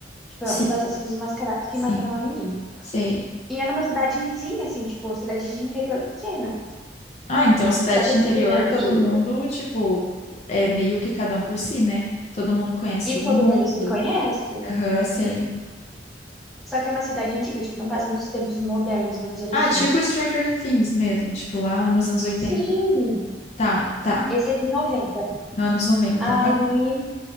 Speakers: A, in the centre; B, on the left.
A: Tipo,
B: Sim,
A: uns assassinos mascarados que
B: sim,
A: mataram uma menina.
B: sei.
A: E é numa cidadezinha, assim, tipo, cidade de interior pequena.
B: Ah, então Cidade
A: Só que
B: de
A: esse
B: Interior,
A: filme é antigo.
B: todo mundo, tipo, é meio que cada um por si, né? Todo mundo conhece
A: E
B: todo
A: todo
B: mundo.
A: mundo se conhece.
B: Aham, sei.
A: Só que é uma cidade antiga, tipo, não passa nos tempos modernos, vamos dizer
B: Ah,
A: assim.
B: tipo Stranger Things mesmo, tipo lá nos anos oitenta.
A: Sim,
B: Tá, tá.
A: esse é de 90.
B: No anos noventa
A: Aí
B: Então,